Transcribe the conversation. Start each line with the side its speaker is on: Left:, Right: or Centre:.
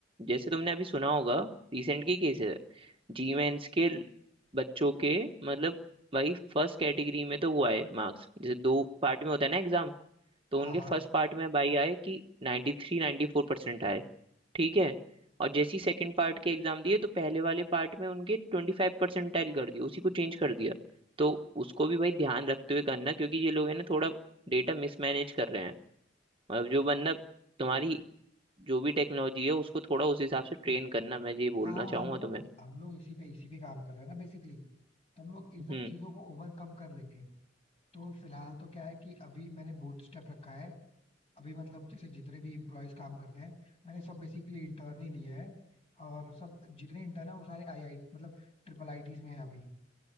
Right: जैसे तुमने अभी सुना होगा रिसेंट की केस है जी मेंस के बच्चों के मतलब भाई फर्स्ट कैटेगरी में तो वो आए मार्क्स जैसे दो पार्ट में होता है ना एग्जाम
Left: हाँ
Right: तो उनके
Left: हाँ
Right: फर्स्ट पार्ट में भाई आए कि 93 थ्री नाइन्टी फोर परसेंट आए ठीक है और जैसे ही सेकंड पार्ट के एग्जाम दिए तो पहले वाले पार्ट में उनके ट्वेंटी फाइव परसेंटाइल कर दिया उसी को चेंज कर दिया तो उसको भी भाई ध्यान रखते हुए करना क्योंकि ये लोग है ना थोड़ा डेटा मिसमैनेज कर रहे हैं मतलब जो बंदा तुम्हारी जो भी टेक्नोलॉजी है उसको थोड़ा उस हिसाब से ट्रेन करना मैं ये
Left: हाँ
Right: बोलना
Left: हाँ
Right: चाहूंगा
Left: हम लोग
Right: तुम्हें
Left: हम लोग इसी पे इसी पे काम कर रहे हैं ना बेसिकली तो हम लोग इन सब
Right: हम्म
Left: चीजों को ओवरकम कर लेंगे तो फिलहाल तो क्या है कि अभी मैंने बूटस्ट्रैप रखा है अभी मतलब जैसे जितने भी इम्प्लॉयज काम करते हैं मैंने सब बेसिकली इंटर्न ही लिए हैं और सब जितने इंटर्न है वो सारे आई आई मतलब ट्रिपल आईटीज में है अभी